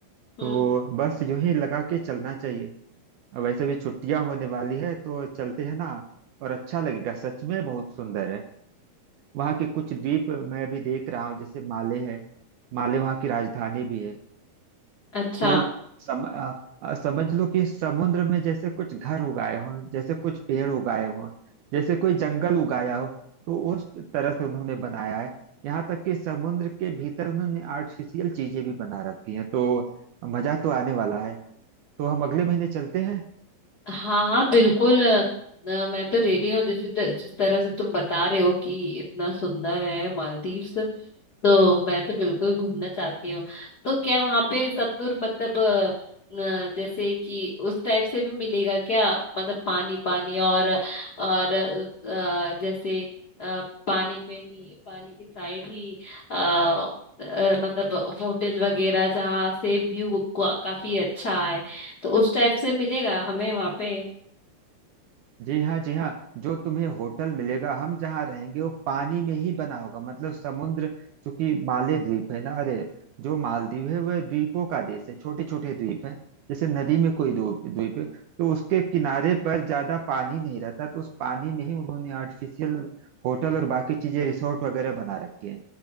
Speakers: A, on the left; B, on the right.
A: हम्म
B: तो बस यूं ही लगा के चलना चाहिए और वैसे भी छुट्टियां होने वाली है तो चलते हैं ना और अच्छा लगेगा सच में बहुत सुंदर है वहाँ के कुछ द्वीप मैं अभी देख रहा हूँ जैसे माले है माले वहाँ की राजधानी भी है
A: अच्छा
B: तो सम, अ, अ, समझ लो कि समुद्र में जैसे कुछ घर उगाए हों जैसे कुछ पेड़ उगाए हों जैसे कोई जंगल उगाया हो तो उस तरह से उन्होंने बनाया है यहाँ तक कि समुद्र के भीतर उन्होंने आर्टिफिशियल चीजें भी बना रखी हैं तो मजा तो आने वाला है तो हम अगले महीने चलते हैं
A: हाँ हाँ बिल्कुल अ, अ, मैं तो रेडी हूँ जिस त- जिस तरह से तुम बता रहे हो कि इतना सुंदर है मालदीव्स तो मैं तो बिल्कुल घूमना चाहती हूँ तो क्या वहां पे सतुर मतलब अ, न, जैसे कि उस टाइप से भी मिलेगा क्या मतलब पानी पानी और और अ, जैसे अ, पानी पे ही पानी के साइड ही अ, अ, मतलब होटल वगैरह जहाँ से व्यू काफी अच्छा है तो उस टाइप से मिलेगा हमें वहां पे
B: जी हाँ जी हाँ जो तुम्हें होटल मिलेगा हम जहाँ रहेंगे वो पानी में ही बना होगा मतलब समुद्र चूंकि माले द्वीप है ना अरे जो मालदीव है वह द्वीपों का देश है छोटे छोटे द्वीप है जैसे नदी में कोई दो द्वीप है तो उसके किनारे पर ज्यादा पानी नहीं रहता तो उस पानी में ही उन्होंने आर्टिफिशियल होटल और बाकी चीजें रिसोर्ट वगैरह बना रखे हैं